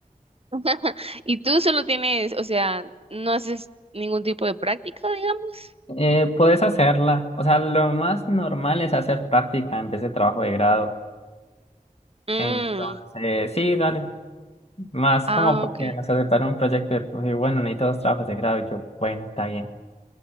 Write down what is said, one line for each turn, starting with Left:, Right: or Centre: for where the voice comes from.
Right: <laughs> y tú solo tienes, o sea, no haces ningún tipo de práctica, digamos.
Left: Eh, puedes hacerla. O sea, lo más normal es hacer práctica en vez de trabajo de grado.
Right: Mm,
Left: Entonces, sí, dale. Más
Right: ah,
Left: como porque
Right: ok.
Left: nos aceptaron un proyecto y bueno, necesito dos trabajos de grado. Y yo, bueno, está bien.